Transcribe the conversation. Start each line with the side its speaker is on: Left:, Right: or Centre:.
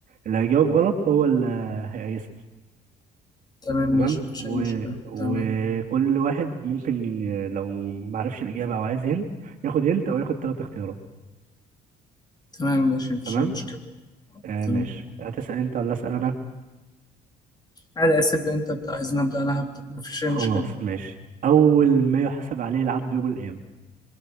Right: اللي هيجاوب غلط هو اللي هيسأل
Left: تمام
Right: تمام
Left: ماشي مفيش
Right: و...
Left: اي مشكله
Right: وكل
Left: تمام
Right: واحد ممكن ي- لو معرفش الإجابة أو عايز هنت ياخد هنت أو ياخد تلات اختيارات
Left: تمام ماشي مفيش
Right: تمام؟
Left: اي مشكله
Right: آه
Left: تمام
Right: ماشي هتسأل أنت ولا أسأل أنا؟
Left: عادي عايز تبدا انت ابدا عايز نبدا انا هبدا مفيش اي
Right: خلاص
Left: مشكله
Right: ماشي أول ما يحسب عليه العبد يوم القيامة